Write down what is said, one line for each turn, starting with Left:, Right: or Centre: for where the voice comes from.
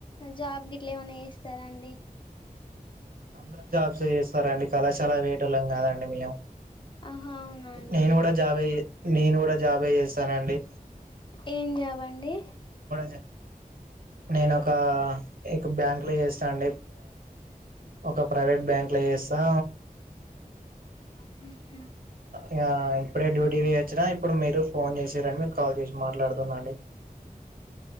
Left: జాబ్ గిట్లా ఏమన్న జేస్తారాండి
Right: అందరు జాబ్స్ చేస్తారండి కళాశాల వెళ్ళేటొళ్లం కాదండి మేము
Left: ఆహా అవునా అండి
Right: నేను గూడా జాబే నేను గూడా జాబే జేస్తానండి.
Left: ఏం జాబ్ అండి
Right: జ నేను ఒక ఇక్ బ్యాంక్లో జేస్తా అండి ఒక ప్రైవేట్ బ్యాంక్లో జేస్తా
Left: హా
Right: ఇగ ఇప్పుడే డ్యూటీ దిగి వచ్చినా ఇప్పుడు మీరు ఫోన్ జేసిర్ మీకు కాల్ చేసి మాట్లాడుతున్నాండి